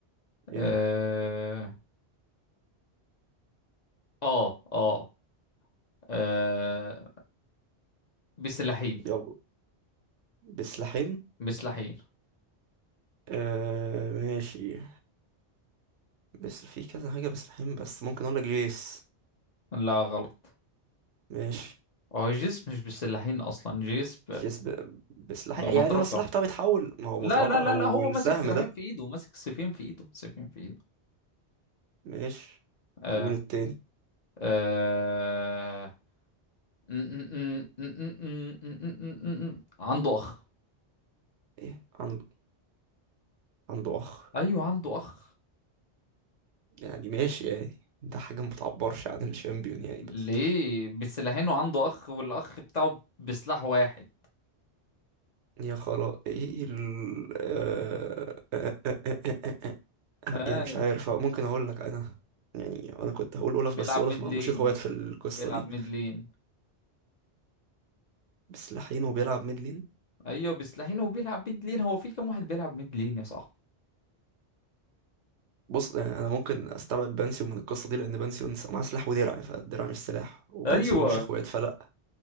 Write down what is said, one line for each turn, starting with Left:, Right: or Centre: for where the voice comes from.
Right: ايه
Left: اه اه اه آه، بسلاحين
Right: يلا بسلاحين
Left: بسلاحين
Right: آه ماشي بس في كذا حاجة بسلاحين بس ممكن اقول لك جيس
Left: لا غلط
Right: ماشي
Left: هو جسم مش بسلاحين اصلا جسم
Right: جيس ب... بسلاح
Left: بمطرقة
Right: يعني هو السلاح بتاعه بيتحول ما هو
Left: لا
Right: مطرقة
Left: لا لا
Right: او
Left: لا هو ماسك
Right: السهم
Left: سلاحين
Right: ده
Left: في ايده ماسك سيفين في ايده سيفين في ايده
Right: ماشي
Left: آه
Right: وللتاني
Left: آه م- م- م- م- م- م- م- م- عنده اخ
Right: ايه عنده عنده اخ
Left: ايوه عنده اخ
Right: يعني ماشي يعني ده حاجة ما بتعبرش عن الشامبيون يعني
Left: ليه
Right: بس
Left: بسلاحين وعنده اخ والاخ بتاعه بسلاح واحد
Right: يا خرا ايه ال... آه... آه... آه... آه... آه... آه... آه،
Left: ها
Right: آه، يعني مش عارف آه، ممكن اقول لك انا يعني انا كنت هقول اولف
Left: بيلعب
Right: بس اولف
Left: ميد
Right: ما
Left: لين
Right: عندوش اخوات في القصه
Left: بيلعب
Right: دي
Left: ميد لين
Right: بس لحين وبيلعب ميد لين
Left: ايوه بسلاحين وبيلعب ميد لين هو في كام واحد بيلعب ميد لين يا صاحبي
Right: بص يعني انا ممكن استبعد بانسيو من القصه دي لان بانسيو نس- معاه سلاح ودرع فالدرع مش سلاح وبانسيو
Left: ايوه
Right: ملوش اخوات فلا